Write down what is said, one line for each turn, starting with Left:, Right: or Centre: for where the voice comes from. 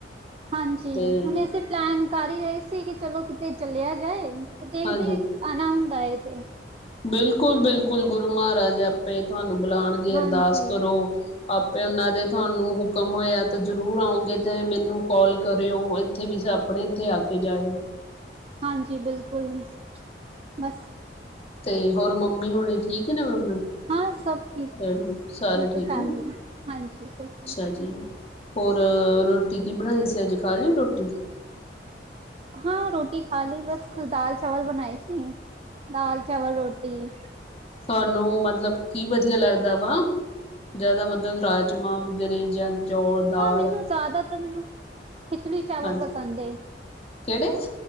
Right: ਹਾਂਜੀ
Left: ਤੇ
Right: ਹੁਨੇ ਅਸੀਂ ਪਲੈਨ। ਕਰ ਈ ਰਹੇ ਸੀ, ਕਿ ਚਲੋ ਕਿਤੇ ਚੱਲਿਆ ਜਾਏ। ਦੇਖਦੇ
Left: ਹਾਂਜੀ
Right: ਆਉਣਾ ਹੁੰਦਾ ਹੈ ਤੇ।
Left: ਬਿਲਕੁਲ-ਬਿਲਕੁਲ, ਗੁਰੂ ਮਹਾਰਾਜ ਆਪੇ ਤੁਹਾਨੂੰ ਬੁਲਾਉਣਗੇ,
Right: ਹਾਂਜੀ
Left: ਅਰਦਾਸ ਕਰੋ। ਆਪੇ ਉਹਨਾਂ ਦੇ ਤੁਹਾਨੂੰ ਹੁਕਮ ਹੋਏਆ ਤਾਂ ਜ਼ਰੂਰ ਆਉਗੇ ਤੇ ਮੈਨੂੰ ਕਾਲ ਕਰਿਓ ਇੱਥੇ ਵੀ। ਆਪਣੇ ਇਥੇ ਆ ਕੇ ਜਾਇਉ।
Right: ਹਾਂਜੀ ਬਿਲਕੁਲ ਜੀ ਬਸ।
Left: ਤੇ ਹੋਰ ਮੰਮੀ ਹੁਣੇ ਠੀਕ ਨੇ? ਮੰ
Right: ਹਾਂ ਸਭ ਠੀਕ
Left: ਡੈੜੀ
Right: ਹੈ
Left: ਸਾਰੇ ਠੀਕ
Right: ਹੈ ਫੈਮਲੀ
Left: ਨੇ? ਅੱਛਾ
Right: ਹਾਂਜੀ ਸਭ ਠੀਕ
Left: ਜੀ, ਹੋਰ ਰੋਟੀ ਕੀ ਬਣਾਈ ਸੀ। ਅੱਜ ਖਾ ਲਈ ਰੋਟੀ?
Right: ਹਾਂ ਰੋਟੀ ਖਾ ਲਈ ਬਸ, ਦਾਲ ਚਾਵਲ ਬਣਾਈ ਸੀ। ਦਾਲ ਚਾਵਲ ਰੋਟੀ।
Left: ਤੁਹਾਨੂੰ ਮਤਲਬ ਕੀ ਵਧੀਆ ਲੱਗਦਾ ਵਾ? ਜਿਆਦਾ ਮਤਲਬ ਰਾਜਮਾਹ ਵਗੈਰੇ ਜਾਂ? ਚੌਲ ਦਾਲ
Right: ਆਹ ਮੈਨੂੰ ਜ਼ਿਆਦਾਤਰ ਤਾ ਮੈਨੂੰ ਖਿਚਲੀ ਚਾਵਲ
Left: ਹਾਂਜੀ
Right: ਪਸੰਦ ਏ।
Left: ਕਿਹੜੇ?